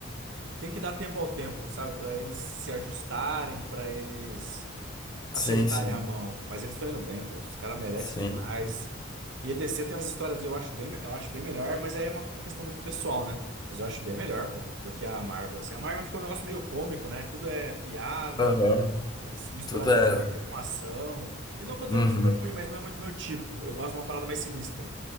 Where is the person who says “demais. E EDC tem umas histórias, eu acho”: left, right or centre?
Right